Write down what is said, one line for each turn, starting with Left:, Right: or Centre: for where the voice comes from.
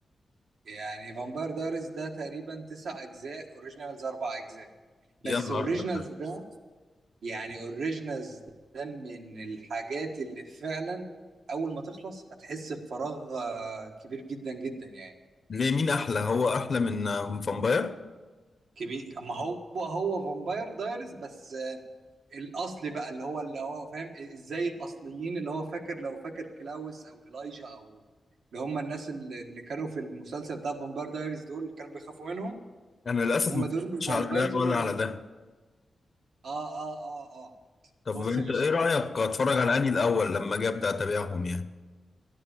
Right: يعني فامباير دايريز ده تقريبا تسع اجزاء اوريجينالز اربع اجزاء بس
Left: يا نهار
Right: اوريجينالز
Left: أكتر
Right: ده يعني اوريجينالز ده من الحاجات اللي فعلا اول ما تخلص هتحس بفراغ آه، كبير جدا جدا يعني
Left: ليه مين احلى هو احلى من آه، من فامباير
Right: كبير ما هو هو فامباير دايرز بس آه، الاصلي بقى اللي هو اللي هو فاهم ازاي الاصليين اللي هو فاكر لو فاكر كلاوس او إيلايجا او اللي هم الناس اللي اللي كانوا في المسلسل بتاع فامباير دايرز دول اللي كانوا بيخافوا منهم
Left: انا للاسف
Right: هم
Left: ما اتفرجتش
Right: دول الفامبايرز
Left: على ده
Right: اللي
Left: ولا على ده
Right: اه اه اه اه
Left: طب
Right: بص
Left: انت
Right: يا باشا
Left: ايه رأيك اتفرج على انهي الاول لما اجي ابدا اتابعهم يعني